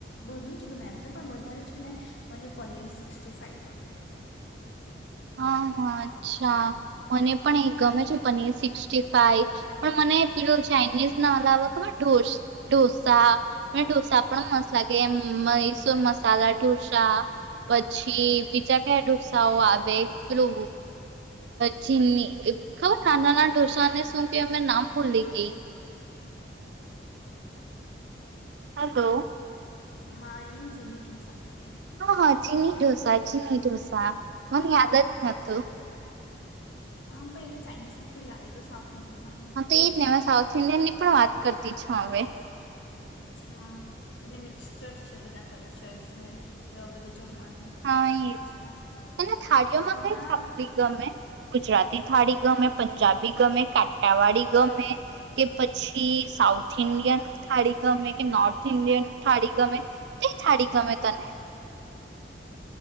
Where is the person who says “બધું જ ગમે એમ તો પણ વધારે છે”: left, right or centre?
Left